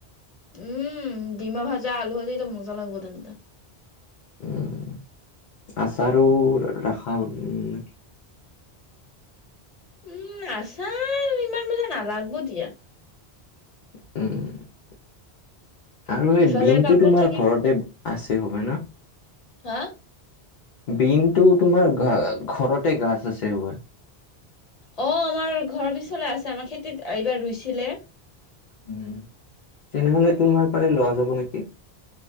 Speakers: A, on the left; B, on the left.
A: উম ডিমা ভাজা আলু ভাজি টো মজা লাগিব তেন্তে
B: উম আচাৰো ৰখা উম
A: উম আছাৰ ইমান মানে নালাগব দিয়া
B: উম আৰু সেই
A: ইফালে
B: বিনটো
A: পাপৰ
B: তোমাৰ
A: থাকিব
B: ঘৰতে আছে হব ন
A: হা
B: বিনতটো তোমাৰ ঘ ঘৰতে গাছ আছে এইবোৰ
A: অ আমাৰ ঘৰৰ পিছলৈ আছে আমাৰ খেতিত এইবাৰ ৰুইছিলে
B: উম তেনেহলে তোমাৰ পাৰে লোৱা যাব নেকি